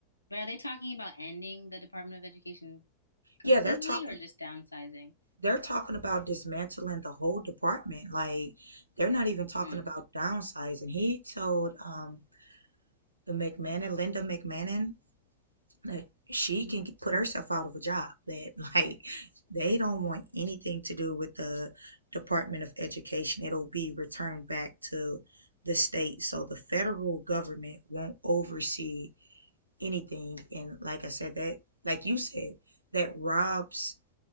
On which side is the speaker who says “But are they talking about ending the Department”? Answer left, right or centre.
Left